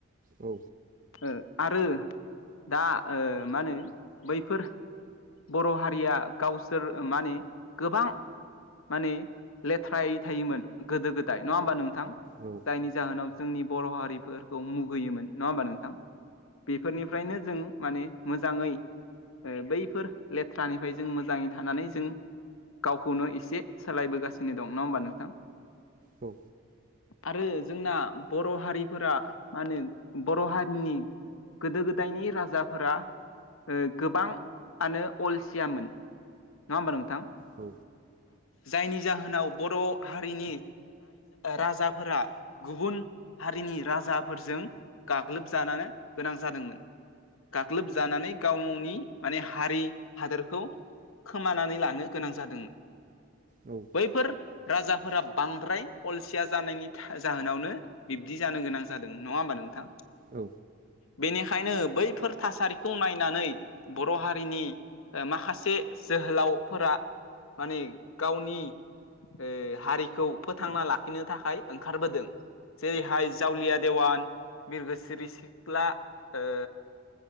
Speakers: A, on the right; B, on the left.
A: औ
B: ओ आरो दा ओ मा होनो बैफोर बर' हारिआ गावसोर मा होनि गोबां मानि लेथ्रायै थायोमोन गोदो गोदाय नङा होमबा नोंथां?
A: औ औ
B: जायनि जाहोनाव जोंनि बर' हारिफोरखौ मुगैयोमोन नङा होमबा नोंथां? बेफोरनिफ्रायनो जों मानि मोजाङै ओ बैफोर लेथ्रानिफ्राय जों मोजाङै थानानै जों गावखौनो एसे सोलायबोगासिनो दं नङा होमबा नोंथां?
A: औ
B: आरो जोंना बर' हारिफोरा मा होनो बर' हारिनि गोदो गोदायनि राजाफोरा ओ गोबांआनो अलसियामोन नङा होमबा नोंथां?
A: औ
B: जायनि जाहोनाव बर' हारिनि राजाफोरा गुबुन हारिनि राजाफोरजों गाग्लोबजानो गोनां जादोंमोन। गाग्लोबजानानै गावनि माने हारि हादोरखौ खोमानानै लानो गोनां जादोंमोन।
A: औ
B: बैफोर राजाफोरा बांद्राय अलसिया जानायनि जाहोनावनो बिब्दि जानो गोनां जादों नङा होमबा नोंथां?
A: औ
B: बेनिखायनो बैफोर थासारिखौ नायनानै बर' हारिनि ओ माखासे जोहोलावफोरा माने गावनि ओ हारिखौ फोथांना लाखिनो थाखाय ओंखारबोदों। जेरैहाय जावलिया देवान बिरगोसिरि सिख्ला ओ